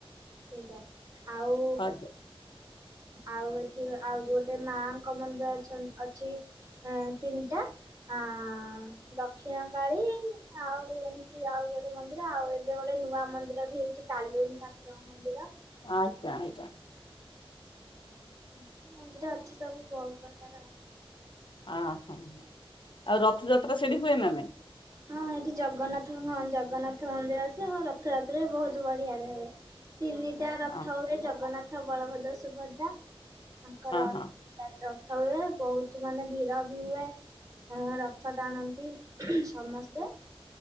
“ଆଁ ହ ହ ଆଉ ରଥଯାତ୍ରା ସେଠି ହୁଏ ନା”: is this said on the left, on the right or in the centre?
Left